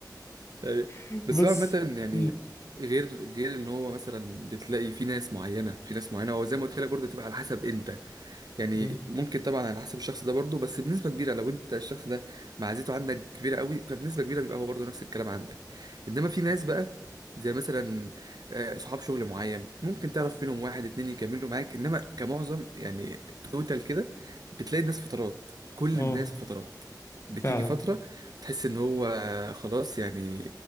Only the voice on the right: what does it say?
ايوه
بس
هو عامه يعني
غير غير ان هو مثلا بتلاقي في ناس معينه في ناس معينه هو زي ما قلت لك برضه تبقى على حسب انت يعني
ممكن طبعا على حسب الشخص ده برضه بس بنسبة كبيرة لو انت الشخص ده معزته عندك كبيرة قوي فبنسبة كبيرة بيبقى هو برضه نفس الكلام عندك انما في ناس بقى زي مثلا آه، صحاب شغل معين ممكن تعرف فيهم واحد اتنين يكملوا معاك انما كمعظم يعني توتال كده بتلاقي الناس فترات كل
الناس فترات بتيجي
فترة بتحس ان هو آه، خلاص يعني